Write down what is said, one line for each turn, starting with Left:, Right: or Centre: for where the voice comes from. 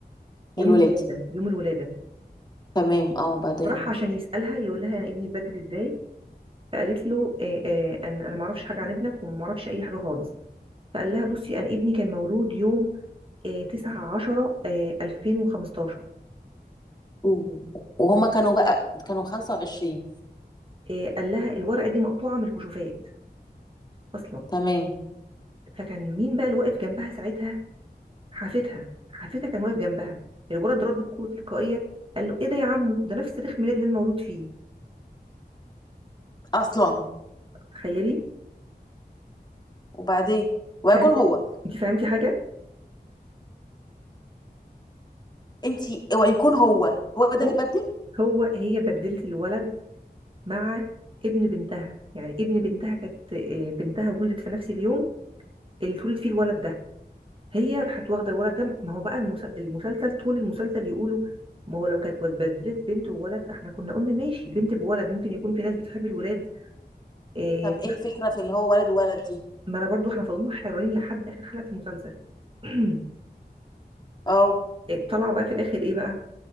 Right: يوم
Left: الولادي
Right: الولاده يوم الولاده
Left: تمام اه وبعدين
Right: راح عشان يسألها يقول لها انا ابني اتبدل ازاي فقالت له آه، آه، أن أنا ما أعرفش حاجة عن ابنك وما أعرفش أي حاجة خالص فقال لها بصي أنا ابني كان مولود يوم آه، 9 10 آه، 2015
Left: و- وهما كانوا بقى كانوا 25
Right: آه، قال لها الورقة دي مقطوعة من الكشوفات أصلا
Left: تمام
Right: فكان مين بقى اللي واقف جنبها ساعتها حافتها حافتها كان واقف جنبها الولد رد بكرة تلقائية قال له إيه ده يا عمو ده نفس تاريخ ميلاد اللي أنا مولود فيه
Left: اصلا
Right: تخيلي
Left: وبعدين ويكون
Right: أنت فهمتي
Left: هو
Right: أنت فهمتي حاجة؟
Left: انتي اوعي يكون هو هو ده
Right: آه.
Left: اللي بدل
Right: هو هي بدلت الولد مع ابن بنتها يعني ابن بنتها كانت آه، بنتها ولدت في نفس اليوم اللي اتولد فيه الولد ده هي راحت واخده الولد ده ما هو بقى المس- المسلسل طول المسلسل يقولوا ما هو لو كانت اتبدلت بنت وولد احنا كنا قلنا ماشي بنت بولد ممكن يكون في ناس بتحب الولاد آه،
Left: طب
Right: في-
Left: ايه الفكره في اللي هو ولد وولد دي
Right: ما انا برضو احنا فضلنا حيرانين لحد اخر حلقه المسلسل <clears throat>
Left: اه
Right: آه، طلع بقى في الاخر ايه بقى